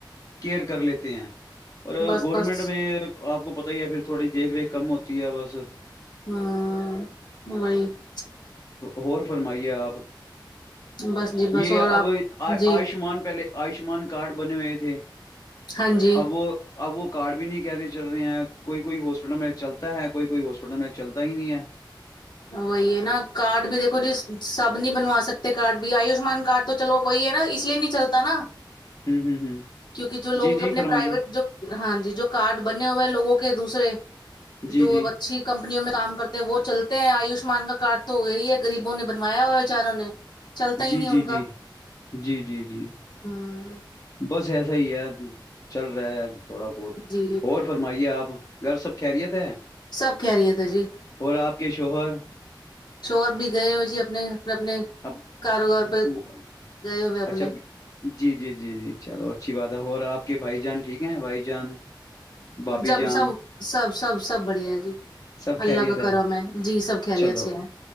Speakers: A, on the left (about 45°); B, on the left (about 65°).
A: کیئر کر لیتے ہیں اور
B: بس
A: گورنمنٹ
B: بس
A: میں آپ کو پتہ ہی ہے پھر تھوڑی دیکھ ریکھ کم ہوتی ہے بس
B: ہوں وہی <unintelligible>
A: ہو فرمائیے آپ
B: بس جی
A: یہ
B: بس اور
A: اب
B: آپ
A: آیوشمان
B: جی
A: پہلے آیوشمان کارڈ بنے ہوئے تھے
B: ہاں جی
A: اب وہ اب وہ کارڈ بھی نہیں کہہ رہے چل رہے ہیں کوئی کوئی ہاسپٹل میں چلتا ہے کوئی کوئی ہاسپٹل میں چلتا ہی نہیں ہے
B: وہی ہے نا کارڈ بھی دیکھو جی سب نہیں بنا سکتے کارڈ بھی آیوشمان کارڈ تو چلو وہی ہے نا اس لیے نہیں چلتا نا
A: ہ ہ ہ
B: کیونکہ جو لوگوں
A: جی
B: کے
A: جی
B: اپنے
A: فرمائیے
B: پرائیویٹ جو ہاں جی جو کارڈ بنے ہوئے لوگوں کے دوسرے
A: جی
B: جو
A: جی
B: اچھی کمپنیوں میں کام کرتے ہیں وہ چلتے ہیں آیوشمان کا کارڈ تو وہی ہے غریبوں نے بنوایا ہو بیچاروں نے چلتا ہی
A: جی
B: نہیں
A: جی
B: ان کا
A: جی جی جی جی
B: ہ
A: بس ایسا ہی ہے چل رہا ہے تھوڑا بہت
B: جی
A: اور فرمائیے آپ گھر سب خیریت ہے
B: سب کہہ رہی ہے تھے جی
A: اور آپ کے شوہر <unintelligible>
B: شور بھی گئے مھے اپنے اپنے اپنے
A: اب
B: کاروبار پہ
A: وہ-
B: گئے ہوئے اپنے
A: اچھا جی جی جی جی چلو اچھی بات ہے اور آپ کے بھائی جان ٹھیک ہیں بھائی جان بھابھی
B: جب
A: جان
B: سب سب سب سب بڑھیا ہے جی
A: سب
B: اللہ
A: خیریت
B: کا کرم ہے جی سب کہہری
A: چلو
B: اچھے ہیں